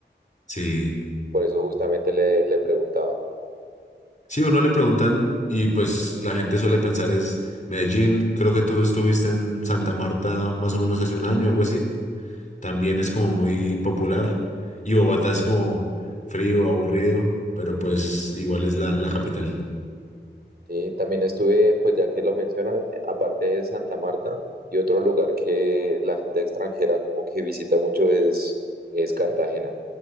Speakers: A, on the left; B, on the right.
A: Sí.
B: Por eso justamente le, le preguntaba.
A: Sí, uno le preguntan y pues la gente suele pensar es Medellín. Creo que tú estuviste en Santa Marta más o menos hace un año, algo así. también es como muy popular. Y Bogotá es como frío, aburrido, pero pues igual es la, la capital.
B: Sí, también estuve, pues ya que lo mencionas, aparte de Santa Marta, y otro lugar que la gente extranjera como que visita mucho es, es Cartagena.